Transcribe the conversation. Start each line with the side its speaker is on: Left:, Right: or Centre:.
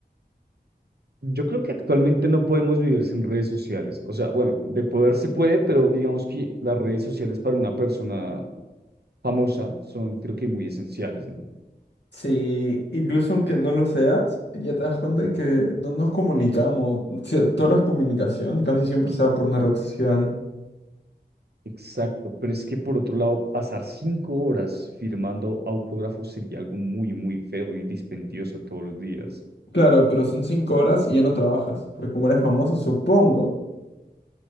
Right: yo creo que actualmente no podemos vivir sin redes sociales. O sea, bueno, de poder se puede, pero digamos que las redes sociales para una persona famosa son, creo que muy esenciales, ¿no?
Left: Sí, incluso aunque no lo seas, ya te das cuenta que no nos comunicamos. O sea, toda la comunicación casi siempre se da por una red social.
Right: Exacto, pero es que por otro lado, pasar cinco horas firmando autógrafos sería algo muy, muy feo y dispendioso todos los días.
Left: Claro, pero son cinco horas y ya no trabajas, porque como eres famoso, supongo.